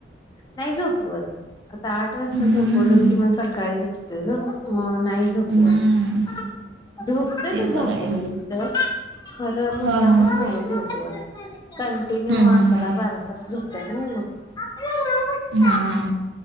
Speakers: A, on the left; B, on the right.
A: नाही झोपवत आता आठ वाजता
B: हम्म
A: झोपवलो कि मग सकाळीच उठतोय गं मग नाही झोपवत
B: हम्म.
A: झोपतंय
B: ते
A: तो झोपवलिस
B: बरं आहे
A: तर, खरं
B: हा
A: मुद्दामच
B: हा
A: नाही झोपवत. कंटिन्यू
B: हम्म हम्म
A: अकरा
B: हम्म.
A: बारा तास झोपत्यात नाही मग. माणूस
B: हम्म.
A: काय?